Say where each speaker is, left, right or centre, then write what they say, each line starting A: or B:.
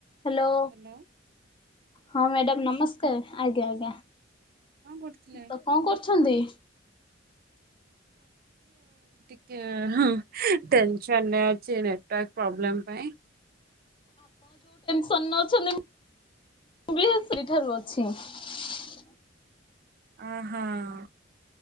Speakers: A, on the left; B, on the right.
A: Hello,
B: hello
A: ହଁ madam ନମସ୍କାର। ଆଜ୍ଞା ଆଜ୍ଞା।
B: କଣ କରୁଥିଲେ?
A: ତ କଣ କରୁଛନ୍ତି?
B: କେ ହଁ ଟେନସନ ରେ ଅଛି ନେଟୱର୍କ ପ୍ରୋବ୍ଲେମ ପାଇଁ
A: ନଉଛନ୍ତି <unintelligible> ସେଇଠାରୁ ଅଛି <unintelligible>
B: ଅ ହଁ ।